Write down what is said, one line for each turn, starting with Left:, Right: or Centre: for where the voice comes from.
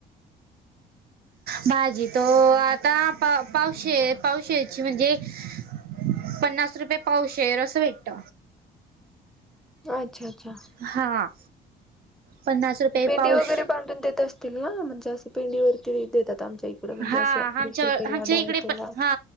Right: भाझी तो आता पा पावश पावशची म्हणजे <unintelligible> पन्नास रुपये पावशेर असं भेटत
Centre: अच्छा अच्छा
Right: हा पन्नास रुपये
Centre: पेंडी
Right: पाऊश
Centre: वगैरे बांधून देत असतील ना म्हणजे असं पेंडीवररती देत त्यात आमच्या इकडं म्हणजे
Right: हा
Centre: असं
Right: आमच्या
Centre: वीस रुपयेला
Right: आमच्या
Centre: दहा
Right: इकडे
Centre: रुपयेला
Right: पण हा